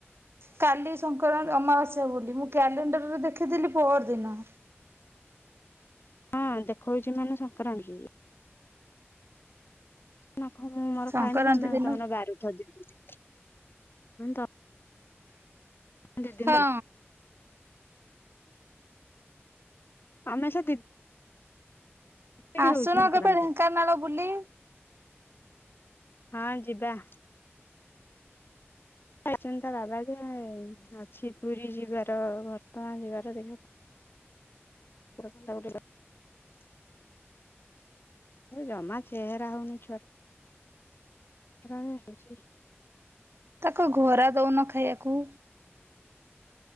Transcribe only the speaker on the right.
କାଲି ସଙ୍କରାନ୍ତି ଅମାବାସ୍ୟା ବୋଲି ମୁଁ କ୍ୟାଲେଣ୍ଡର ରେ ଦେଖିଥିଲି ପଅର ଦିନ।
ସଂକ୍ରାନ୍ତି
ଦିନ
ହଁ।
ଆସୁନ
କେବେ ଢେଙ୍କାନାଳ ବୁଲି
ତାକୁ ଘୋରା ଦଉନ ଖାଇଆକୁ